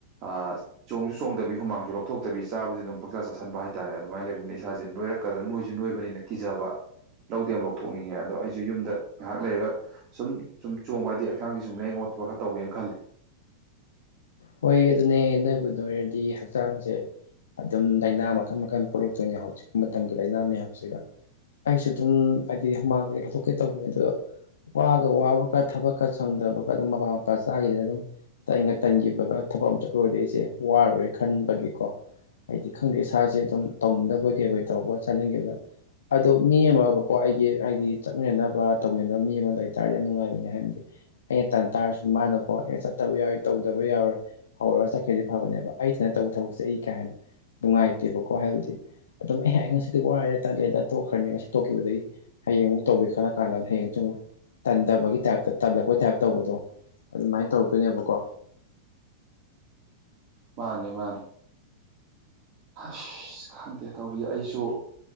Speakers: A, on the right; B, on the left.
A: ꯑ ꯆꯣꯡꯁꯨ ꯆꯣꯡꯗꯕꯤ ꯍꯨꯃꯥꯡꯁꯨ ꯂꯧꯊꯣꯛꯇꯕꯤ ꯆꯥꯕꯨꯗꯤ ꯑꯗꯨꯝ ꯄꯥꯛꯆꯥꯥ ꯆꯥꯥꯁꯟꯕ ꯍꯥꯏꯇꯥꯔꯦ ꯑꯗꯨꯃꯥꯏ ꯂꯩꯕꯅꯤꯅ ꯏꯁꯥꯁꯦ ꯅꯣꯏꯔꯛꯀꯗ꯭ꯔꯥ ꯅꯣꯏꯁꯨ ꯅꯣꯏꯕꯅꯤꯅ ꯀꯤꯖꯕ ꯂꯧꯗꯤ ꯌꯥꯝ ꯂꯧꯊꯣꯛꯅꯤꯡꯉꯦ ꯑꯗꯣ ꯑꯩꯁꯨ ꯌꯨꯝꯗ ꯉꯥꯏꯍꯥꯛ ꯂꯩꯔꯒ ꯁꯨꯝ ꯁꯨꯝ ꯆꯣꯡꯕ ꯍꯥꯏꯗꯤ ꯍꯛꯆꯥꯡꯁꯦ ꯁꯨꯝ ꯂꯦꯡ ꯑꯣꯠꯄ ꯈꯔ ꯇꯧꯒꯦꯅ ꯈꯜꯂꯤ
B: ꯍꯣꯏ ꯑꯗꯨꯅꯦ ꯅꯣꯏꯕꯨ ꯅꯣꯏꯔꯗꯤ ꯍꯛꯆꯥꯡꯁꯦ ꯑꯗꯨꯝ ꯂꯥꯏꯅꯥ ꯃꯈꯟ ꯃꯈꯟ ꯄꯣꯛꯂꯛꯇꯣꯏꯅꯦ ꯍꯧꯖꯤꯛ ꯃꯇꯝꯒꯤ ꯂꯥꯏꯅꯥ ꯃꯌꯥꯝꯁꯤꯒ ꯑꯩꯁꯨ ꯑꯗꯨꯝ ꯍꯥꯏꯗꯤ ꯍꯨꯃꯥꯡ ꯀꯩ ꯂꯧꯊꯣꯛꯀꯦ ꯇꯧꯕꯅꯦ ꯑꯗꯣ ꯋꯥꯒ ꯋꯥꯕꯒ ꯊꯕꯛꯀ ꯁꯪꯗꯕꯒ ꯑꯗꯨꯝ ꯃꯄꯥ ꯃꯄꯥ ꯆꯥꯈꯤꯗꯅ ꯑꯗꯨꯝ ꯇꯟꯒ ꯇꯟꯈꯤꯕ ꯕꯒ ꯊꯕꯛ ꯑꯃ ꯆꯠꯂꯨꯔꯗꯤ ꯑꯩꯁꯦ ꯋꯥꯔꯨꯔꯦ ꯈꯟꯕꯒꯤꯀꯣ ꯍꯥꯏꯗꯤ ꯈꯪꯗꯦ ꯏꯁꯥꯁꯦ ꯑꯗꯨꯝ ꯇꯧꯅꯤꯡꯗꯕꯣꯏ ꯀꯩꯕꯣꯏ ꯇꯧꯕ ꯆꯥꯅꯈꯤꯕ ꯑꯗꯣ ꯃꯤ ꯑꯃꯒꯀꯣ ꯑꯩꯒꯤ ꯍꯥꯏꯗꯤ ꯆꯠꯃꯤꯟꯅꯅꯕ ꯇꯧꯃꯤꯟꯅꯅꯕ ꯃꯤ ꯑꯃ ꯂꯩꯕꯇꯥꯥꯔꯗꯤ ꯌꯥꯝ ꯅꯨꯡꯉꯥꯏꯕꯅꯦ ꯍꯥꯏꯕꯗꯤ ꯑꯩꯅ ꯇꯟ ꯇꯥꯔꯁꯨ ꯃꯥꯅꯀꯣ ꯑꯦ ꯆꯠꯇꯕ ꯌꯥꯎꯔꯣꯏ ꯇꯧꯗꯕ ꯌꯥꯎꯔꯣꯏ ꯍꯧꯔꯒ ꯆꯠꯀꯦꯗꯤ ꯐꯕꯅꯦꯕ ꯑꯩ ꯊꯅ ꯇꯧꯕ ꯊꯕꯛꯁꯦꯏ ꯀꯥ ꯍꯥꯏꯦꯟꯅ ꯅꯨꯡꯉꯥꯏꯇꯦꯕꯀꯣ ꯍꯥꯏꯕꯗꯤ ꯑꯗꯨꯝ ꯑꯩꯍ ꯉꯁꯤꯗꯤ ꯋꯥꯔꯦ ꯇꯜꯂꯦꯗ ꯇꯣꯛꯈ꯭ꯔꯅꯤ ꯉꯁꯤ ꯇꯣꯛꯈꯤꯕꯗꯒꯤ ꯍꯌꯦꯡ ꯑꯃꯨꯛ ꯇꯧꯒꯦ ꯈꯜꯂ ꯀꯥꯟꯗ ꯍꯌꯦꯡꯁꯨ ꯑꯃꯨꯛ ꯇꯟꯗꯕꯒꯤ ꯇꯥꯏꯞꯇ ꯇꯜꯂꯛꯄꯒꯤ ꯇꯥꯏꯞꯇ ꯇꯧꯕꯗꯣ꯫ ꯑꯗꯨꯃꯥꯟꯅ ꯇꯧꯔꯛꯇꯣꯏꯅꯦꯕꯀꯣ
A: ꯃꯥꯅꯤ ꯃꯥꯅꯤ ꯑꯁ ꯈꯪꯗꯦ ꯇꯧꯔꯤꯁꯦ ꯑꯩꯁꯨ